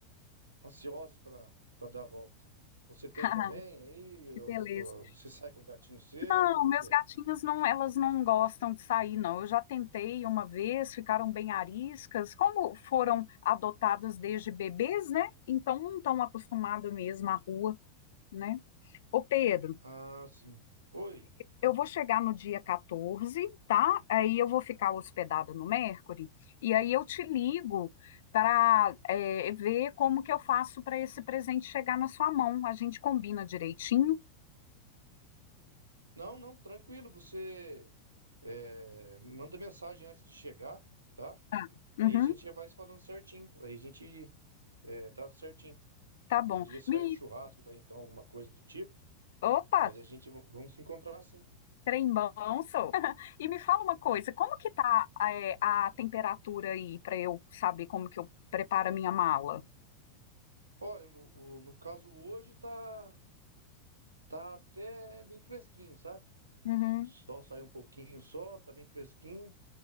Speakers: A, on the right; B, on the left.
A: ansiosos para para dar a volta. Você tem
B: <laughs>
A: também? Aí ó,
B: que beleza.
A: ó, você sai com o gatinho seu?
B: Não,
A: Como
B: meus
A: é que é?
B: gatinhos não, elas não gostam de sair, não. Eu já tentei uma vez, ficaram bem ariscas. Como foram adotados desde bebês, né? Então não estão acostumados mesmo à rua, né? Ô Pedro,
A: Ah, sim. Oi.
B: eu vou chegar no dia 14, tá? Aí eu vou ficar hospedada no Mercury e aí eu te ligo para ver como que eu faço para esse presente chegar na sua mão. A gente combina direitinho.
A: Não, não, tranquilo. Você é, me manda mensagem antes de chegar, tá?
B: Tá. Uhum,
A: Aí a gente já vai se falando certinho. Aí a gente é, trata certinho.
B: tá bom.
A: A gente vê se
B: Me...
A: faz um churrasco, daí então, alguma coisa do tipo.
B: Opa!
A: Mas a gente v- vamos se encontrar assim.
B: Trembão sou. <laughs> E me fala uma coisa, como que tá é, a temperatura aí para eu saber como que eu preparo a minha mala?
A: Olha, no, o- no caso hoje tá, tá até bem fresquinho, sabe?
B: Uhum.
A: sol saiu um pouquinho só, tá bem fresquinho.